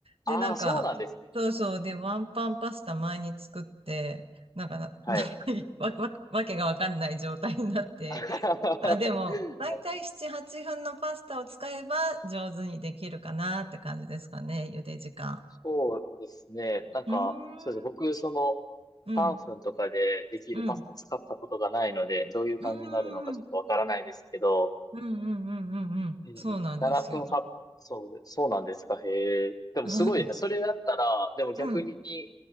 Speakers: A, on the right; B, on the left.
A: で、
B: ああ、
A: なんか、
B: そうなんですね。
A: そうそう、で、ワンパンパスタ前に作って、なんかな、
B: はい。
A: なんかいわ、わ、わけがわかんない状態になって、
B: <laughs>
A: あ、
B: は
A: でも、だいたい7、
B: い。
A: 8分のパスタを使えば上手にできるかなって感じですかね、茹で時間。
B: そうですね。なんか、
A: うーん、
B: そうです。僕、その、
A: うん、
B: パンフンとかでできるパスタ使ったことがないので、
A: うん、
B: どういう感じになるのかちょっとわからないですけど、
A: うん、うん、うん、うん、うん、うん、
B: ええ、
A: そうなんですよ。
B: 7分8、そうで、そうなんですか、へえ。でもすごいですね。
A: <laughs>
B: それだったら、でも逆に、
A: うん。